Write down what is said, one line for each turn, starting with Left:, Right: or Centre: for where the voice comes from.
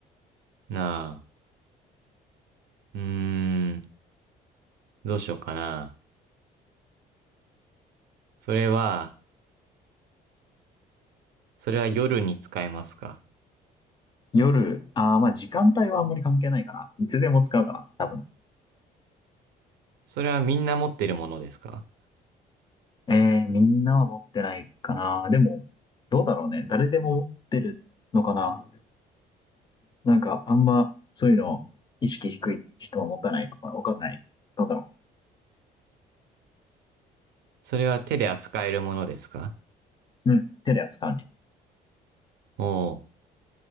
Right: なあ、うーん、どうしようかな。それは、それは夜に使えますか
Left: 夜、ああ、まあ時間帯はあんまり関係ないかな。いつでも使うかな。多分。
Right: それはみんな持ってるものですか
Left: えー、みんなは持ってないかな。でも、どうだろうね。誰でも持ってるのかな。なんか、あんま、そういうの、意識低い人は持たないのかな。わかんない。どうだろ
Right: それは手で扱えるものですか
Left: う。うん。手で扱うね。
Right: お